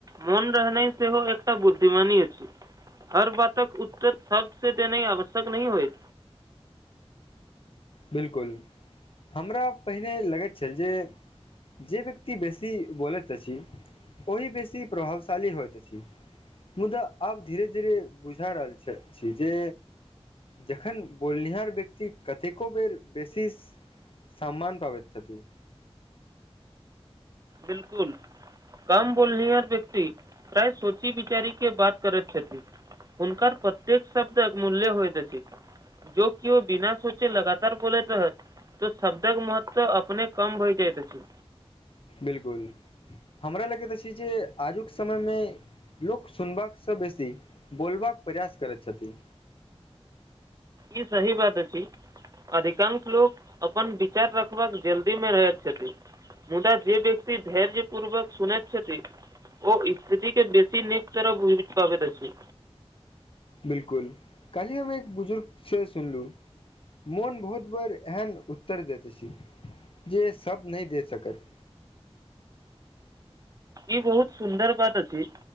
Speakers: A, on the right; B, on the left.
A: मौन रहनाइ सेहो एकटा बुद्धि मानी अछि हर बातक उत्तर शब्द से देनाइ आवश्यक नहि होइत
B: बिल्कुल हमरा पहिने लगैत छल जे जे व्यक्ति बेसी बोलैत अछि ओहि बेसी प्रभावशाली होइत अछि मुदा आब धीरे धीरे बुझा रहल छल छै जे जखन बोलनिहार व्यक्ति कतेक को बेर बेसी सम्मान पाबैत छथि
A: बिल्कुल कम बोलनिहार व्यक्ति प्रायः सोची विचारी के बात करैत छथि हुनकर प्रत्येक शब्दक मूल्य होयत अछि जो किओ बिना सोचे लगातार बोलैत रहत तऽ शब्दक महत्व अपने कम भय जायत अछि
B: बिल्कुल हमरा लागैत अछि जे आजुक समयमे लोक सुनबाकसँ बेसी बोलबाक प्रयास करैत छथि
A: ई सही बात अछि अधिकांश लोक अपन विचार रखबाक जल्दीमे रहैत छथि मुदा जे व्यक्ति धैर्य पूर्वक सुुनैत छथि ओ स्थिति के बेसी नीक तरह बुझैत पाबैत छथि
B: बिलकुल कल्हि हम एक बुजुर्ग से सुनलू मोन बहुत बेर एहन उत्तर देैत अछि जे सब नहि दे सकत
A: ई बहुत सुन्दर बात अछि